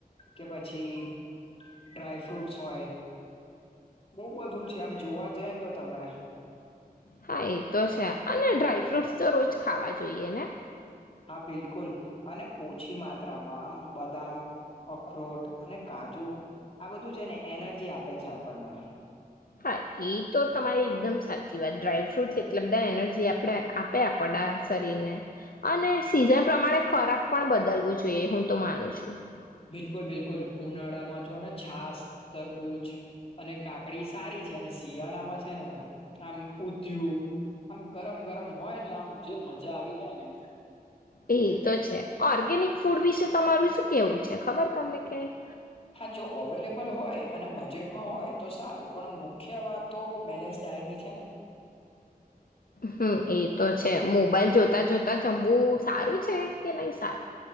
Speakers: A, on the left; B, on the left.
A: કે પછી ડ્રાયફ્રૂટસ હોય બહુ બધું છે આમ જોવા જાયને તો તમે
B: હા એ તો છે અને ડ્રાયફ્રૂટસ તો રોજ ખાવા જોઈએ ને
A: હા બિલ કુલ અને ઓછી માત્રામાં આમ બદામ અખરોટ અને કાજુ આ બધું છે ને એનર્જી આપે છે આપણને
B: હા એ તો તમારી એકદમ સાચી વાત ડ્રાયફ્રુટસ એટલે <unintelligible> જે આપણે આપ્યા પડા શરીરને અને સિઝન પ્રમાણે ખોરાક પણ બદલવો જોઈએ હું તો માનું છું
A: બિલકુલ બિલકુલ ઉનાળામાં જો ને છાસ તરબૂચ અને કાકડી સારી છે અને શિયાળામાં છે ને આમ ઉધયું આમ ગરમ ગરમ હોય ને આમ જે મજા આવી જાય ને
B: એ તો છે ઓર્ગેનિક ફૂડ વિશે તમારું શું કેવું છે ખબર તમને ક્યાંક
A: હા જો અવેલેબલ હોય અને બજેટમાં હોય તો સારું પણ મુખ્ય વાત તો બેલેન્સ ડાયટની છે ને
B: હમ એ જ તો છે મોબાઈલ જોતા જોતા જમવું સારું છે કે નહી સારું